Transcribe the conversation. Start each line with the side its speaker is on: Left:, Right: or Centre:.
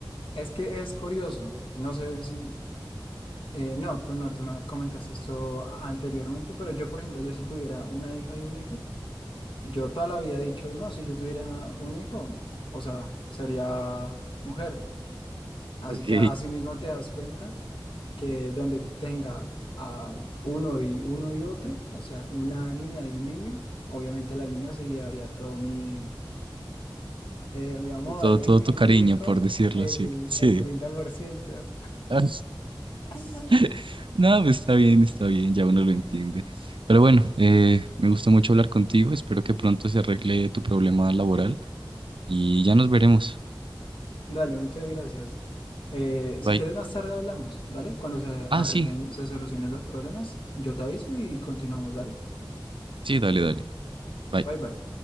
Left: Es que es curioso, no sé si, eh, no, tú no, te me comentaste esto a- anteriormente, pero yo, por ejemplo, yo si tuviera una hija y un hijo, Yo toda la vida he dicho, no, si yo tuviera un hijo, o sea, sería mujer. Así
Right: Ok,
Left: que así mismo te das cuenta que donde tenga a uno y uno y otro, o sea, una niña y un niño, obviamente la niña se llevaría todo mi, eh, mi amor
Right: Y Todo,
Left: y,
Right: todo
Left: y
Right: tu cariño,
Left: mi hijo
Right: por decirlo
Left: el,
Right: así. Sí.
Left: el treinta por ciento
Right: Ah,
Left: <laughs>
Right: <laughs> No, pues, está bien, está bien, ya uno lo entiende. Pero bueno, eh, me gustó mucho hablar contigo. Espero que pronto se arregle tu problema laboral y ya nos veremos.
Left: Dale, muchas gracias. Eh,
Right: Bye.
Left: si quieres más tarde hablamos, ¿dale? Cuando se
Right: Ah,
Left: arreglen,
Right: sí,
Left: se solucionen los problemas, yo te aviso y continuamos, ¿dale?
Right: sí, dale, dale. Bye.
Left: Bye bye.